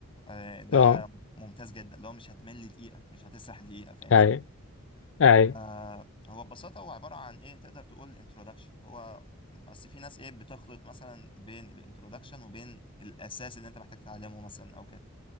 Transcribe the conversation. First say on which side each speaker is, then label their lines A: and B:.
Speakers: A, on the left; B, on the left.
A: آه ده
B: اه
A: ممتاز جدا اللي هو مش هتمل دقيقة مش هتسرح دقيقة فاهمني
B: أي أي
A: آه هو ببساطة هو عبارة عن ايه تقدر تقول انترودكشن هو اصل في ناس ايه بتخلط مثلا بين الانترودكشن وبين الاساس اللي انت محتاج تتعلمه مثلا او كده